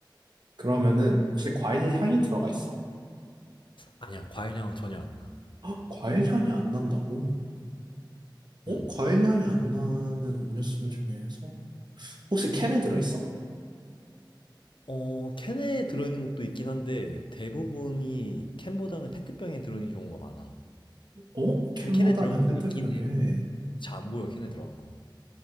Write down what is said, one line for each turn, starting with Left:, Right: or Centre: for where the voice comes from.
Right: 그러면은 혹시 과일 향이 들어가 있어?
Left: 아니야, 과일향은 전혀 안 나.
Right: 헉, 과일 향이 안 난다고? 어?
Left: 음.
Right: 과일 향이 안 나는 음료수 중에서 혹시 캔에 들어있어?
Left: 어, 캔에 들어있는 것도 있긴 한데 대부분이 캔보다는 페트병에 들어있는 경우가 많아.
Right: 어? 캔보다는
Left: 근데 캔에 들어있는
Right: 페트병에.
Left: 것도 있긴 해. 잘 안 보여, 캔에 들어간 건.